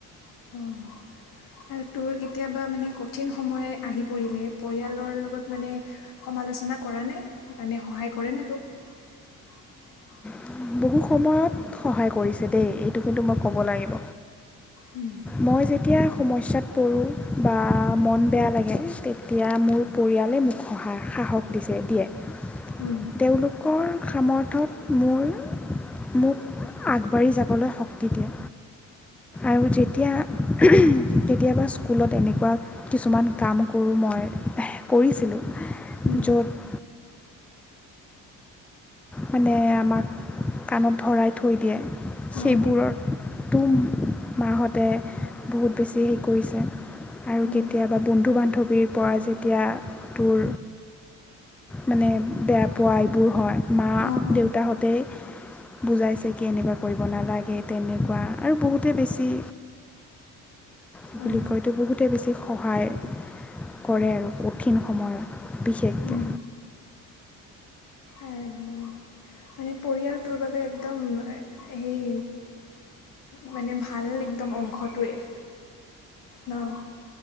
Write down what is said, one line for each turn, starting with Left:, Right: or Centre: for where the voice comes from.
Left: অ'। আৰু তোৰ কেতিয়াবা মানে কঠিন সময় আহি পৰিলে পৰিয়ালৰ লগত মানে সমালোচনা কৰা নে? মানে সহায় কৰে নে তোক? <inaudible>
Centre: উ, বহু সময়ত সহায় কৰিছে দেই এইটো কিন্তু মই ক'ব লাগিব।
Left: উম।
Centre: মই যেতিয়াই সমস্যাত পৰোঁ বা মন বেয়া লাগে তেতিয়া মোৰ পৰিয়ালে মোক সহা সাহস দিছে দিয়ে।
Left: উম।
Centre: তেওঁলোকৰ সামৰ্থত মোৰ মোক আগবাঢ়ি যাবলৈ শক্তি দিয়ে। আৰু যেতিয়া কেতিয়াবা স্কুলত এনেকুৱা কিছুমান কাম কৰোঁ, মই কৰিছিলোঁ,
Left: উম,
Centre: য'ত মানে আমাক কাণত ধৰাই থৈ দিয়ে। সেইবোৰকটো
Left: অঁ
Centre: মাহঁতে বহুত বেছি হেৰি কৰিছে। আৰু
Left: অঁ
Centre: কেতিয়াবা বন্ধু-বান্ধৱীৰ পৰা যেতিয়া তোৰ মানে বেয়া পোৱা এইবোৰ হয় মা
Left: অঁ অঁ
Centre: দেউতাহঁতেই বুজাইছে কি এনেকুৱা কৰিব নালাগে তেনেকুৱা আৰু বহুতে বেছি ই
Left: অঁ
Centre: বুলি কয়তো বহুতে বেছি সহায় কৰে আৰু কঠিন সময়ত। বিশেষকে।
Left: উম, আৰু মানে পৰিয়ালটোৰ বাবে একদম সেই মানে ভাল একদম অংশটোৱেই। ন'